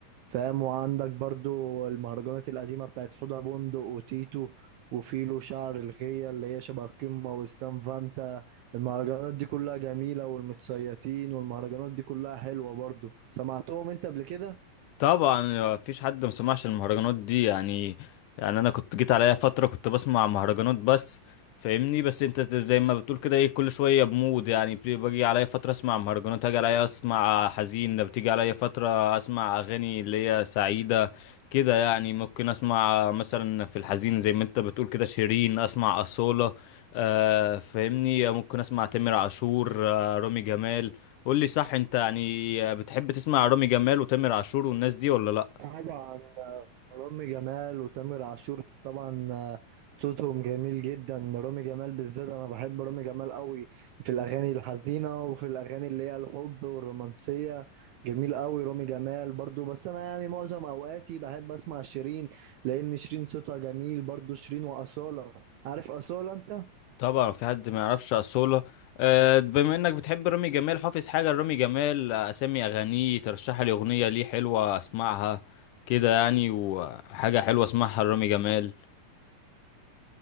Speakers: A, on the right; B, on the left.
A: فاهم وعندك برضو المهرجانات القديمة بتاعت حوضة بندق وتيتو وفيلو شعر الغية اللي هي شبه القمة وستان فانتا المهرجانات دي كلها جميلة والمتسيطين والمهرجانات دي كلها حلوة برضو سمعتهم انت قبل كده
B: طبعا مفيش حد ما سمعش المهرجانات دي يعني يعني انا كنت جيت عليا فتره كنت بسمع مهرجانات بس فاهمني بس انت زي ما بتقول كده ايه كل شويه بمود يعني بي- باجي عليا فتره اسمع مهرجانات اجي عليا اسمع حزين ده بتيجي عليا فتره اسمع اغاني اللي هي سعيده كده يعني ممكن اسمع مثلا في الحزين زي ما انت بتقول كده شيرين اسمع اصاله آه فاهمني ممكن اسمع تامر عاشور آه رامي جمال قول لي صح انت يعني بتحب تسمع رامي جمال وتامر عاشور والناس دي ولا لا
A: طبعا آه، رامي جمال وتامر عاشور طبعا آه، صوتهم جميل جدا رامي جمال بالذات انا بحب رامي جمال قوي في الاغاني الحزينه وفي الاغاني اللي هي الحب والرومانسيه جميل قوي رامي جمال برضو بس انا يعني معظم اوقاتي بحب اسمع شيرين لان شيرين صوتها جميل برضو شيرين واصاله عارف اصاله انت
B: طبعا في حد ما يعرفش اصولا آه، بما انك بتحب رامي جمال حافظ حاجه لرامي جمال آه، اسامي اغانيه ترشح لي اغنيه ليه حلوه اسمعها كده يعني وحاجه حلوه اسمعها لرامي جمال